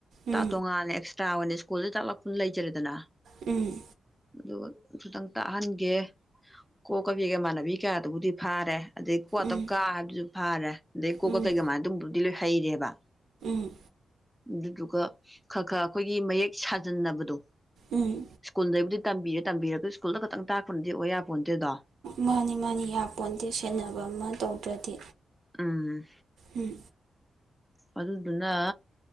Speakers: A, on the right; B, in the centre.
A: ꯎꯝ ꯎꯝ ꯎꯝ ꯎꯝ ꯎꯝ
B: ꯇꯥ ꯇꯣꯉꯅ ꯑꯦꯛꯁꯇ꯭ꯔꯥ ꯁꯀꯣꯜꯗ ꯇꯥꯛꯂꯛꯄꯅ ꯂꯩꯖꯔꯦꯗꯅ
A: ꯎꯝ
B: ꯑꯗꯨꯒ ꯈꯤꯇꯪ ꯇꯥꯍꯟ ꯌꯦꯏ ꯫ ꯀꯣꯀ ꯀꯩꯒ ꯃꯥꯅꯕꯤ ꯀꯌꯥꯗꯨꯕꯨꯗꯤ ꯐꯥꯔꯦ ꯑꯗꯩ ꯀꯣꯛꯇ
A: ꯎꯝ
B: ꯀꯥꯕꯗꯨꯁꯨ ꯐꯥꯔꯦ ꯑꯗꯩ ꯀꯣꯛꯀ
A: ꯎꯝ
B: ꯀꯩꯀ ꯃꯥꯅ ꯑꯗꯨꯕꯨꯗꯤ ꯂꯣꯏ ꯍꯩꯔꯦꯕ
A: ꯎꯝ
B: ꯑꯗꯨꯗꯨꯒ ꯈꯔ ꯈꯔ ꯑꯩꯈꯣꯏꯒꯤ ꯃꯌꯦꯛ ꯁꯥꯖꯟꯅꯕꯗꯣ
A: ꯎꯝ
B: ꯁꯀꯨꯣꯟꯗꯦꯏꯕꯨꯗꯤ ꯇꯝꯕꯤꯔꯦ ꯇꯝꯕꯤꯌꯦ ꯁꯀꯜꯗ ꯈꯛꯇꯪ ꯇꯥꯛ ꯄꯨꯟꯗꯤ ꯑꯣꯏ ꯌꯥꯄꯣꯟꯇꯦꯗꯣ
A: ꯃꯥꯅꯤ ꯃꯥꯅꯤ ꯌꯥꯄꯣꯟꯗꯤꯦ ꯁꯦꯟꯅꯕ ꯑꯃ ꯇꯧꯗ꯭ꯔꯗꯤ
B: ꯎꯝ
A: ꯎꯝ
B: ꯑꯗꯨꯗꯨꯅ